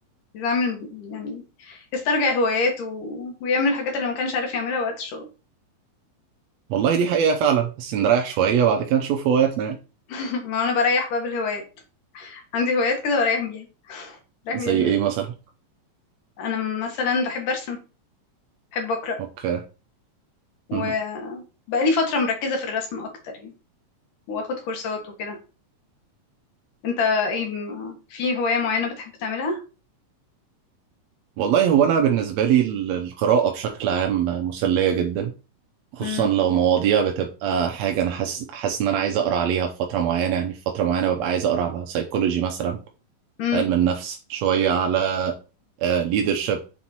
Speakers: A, on the left (about 65°); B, on the right (about 75°).
A: يعمل يعني يسترجع هواياته و... ويعمل الحاجات اللي ما كانش عارف يعملها وقت الشغل
B: والله دي حقيقه فعلا بس نريح شويه بعد كده نشوف هواياتنا يعني.
A: <laughs> ما أنا بريح بقى بالهوايات عندي هوايات كده بريح بيها بريح
B: زي
A: بيها دماغي
B: ايه مثلا
A: أنا مثلا بحب أرسم بحب أقرأ
B: اوكي
A: وبقالي
B: مم.
A: فترة مركزة في الرسم أكتر يعني وآخد كورسات وكده أنت ايه م- في هواية معينة بتحب تعملها؟
B: والله هو انا بالنسبه لي ال- القراءه بشكل عام مسليه جدا خصوصا
A: امم
B: لو مواضيع بتبقى حاجه انا حاسس حاسس ان انا عايز اقرا عليها في فتره معينه يعني في فتره معينه ببقى عايز اقرا على سيكولوجي مثلا
A: امم
B: علم النفس شوية على ليدرشيب